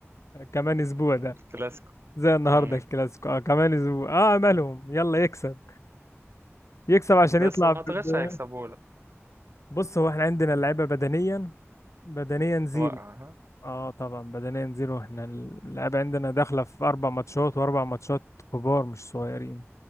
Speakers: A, on the left; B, on the right.
A: كمان اسبوع
B: الكلاسيكو
A: ده زي النهارده
B: مم.
A: الكلاسيكو اه كمان اسبوع اه املهم
B: مم.
A: يلا يكسب يكسب عشان
B: بس
A: يطلع
B: ما
A: ب...
B: اعتقدش
A: ب-
B: هيكسبوه لا
A: بص هو احنا عندنا اللعيبه بدنيا بدنيا زيرو
B: وقع ها
A: اه طبعا بدنيا زيرو احنا اللعيبه عندنا داخله في اربع ماتشات واربع ماتشات كبار مش صغيرين